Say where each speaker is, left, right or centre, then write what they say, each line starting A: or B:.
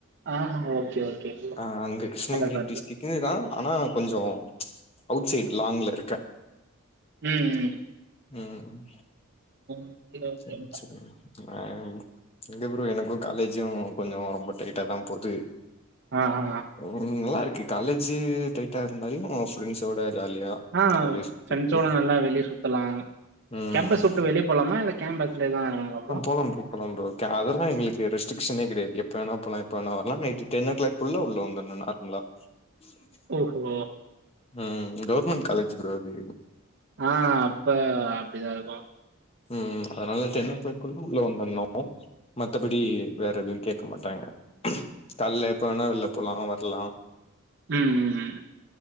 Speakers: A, on the right; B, on the left.
A: ஆ ஓகே ஓகே ப்ரோ.
B: ஆ அங்க கிருஷ்ணகிரி
A: பக்கத்துல பக்கத்துல.
B: டிஸ்ட்ரிக்ட் கிதா ஆனா கொஞ்சொ அவுட் சைட் லாங்க்ல இருக்கே
A: ம் ஹூம்
B: ஹூம்
A: ஓகே ஓகே
B: செரிங்
A: ப்ரோ.
B: செரிங் ஆ எங்க ப்ரோ எனக்கூ காலேஜு கொஞ்சொ ரொம்ப டைட்டா தா போது
A: ஆ ஆ
B: உ நல்லா இருக்கு காலேஜ் டைட்டா இருந்தாலூ ஃப்ரெண்ட்ஸோட ஜாலியா
A: ஆ
B: அப்டியே சுத்திட்டு
A: ஃரெண்ட்ஸோட நல்லா வெளிய சுத்தலா
B: ம்
A: கேம்பஸ் வுட்டு வெளிய போலாமா இல்ல கேம்பஸ்லே தா அ ப்ரோ
B: <unintelligible> அதெல்லா எங்களுக்கு ரெஸ்ட்டிக்ஷனே கிடயாது எப்ப வேண போலா ‌எப்ப வேண வரலா நைட் டென் ஓ கிளாக்க்குள்ள உள்ள வந்துர்ணூ நார்மலா <unintelligible>
A: <unintelligible>
B: ம் கவுர்மெண்ட் காலேஜ் ப்ரோ அது
A: ஆ அப்ப அப்டிதா இருக்கு
B: ம் அதனாலா டென் ஓ க்ளாக்குள்ள உள்ள வந்தர்ணு மத்தபடி வேற எதுவு கேக்க மாட்டாங்க கால்ல எப்ப வேணா வெள்ல போலா வர்லா
A: ம் ம்